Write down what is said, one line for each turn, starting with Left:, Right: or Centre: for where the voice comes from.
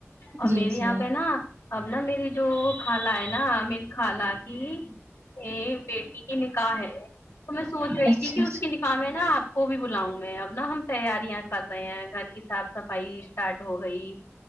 Left: اور
Right: جی
Left: میرے
Right: جی
Left: یہاں پہ نا اب نا میری جو خالا ہے نا میری خالہ کی یہ بیٹی کی نکاح ہے تو میں سوچ
Right: اچھا
Left: رہی تھی کہ اس
Right: اچھا
Left: کی نکح ہے نا آپ کو بھی بلاؤں میں اب نا ہم تیاریاں کر رہے ہیں گھر کی صاف صفائی اسٹارٹ ہو گئی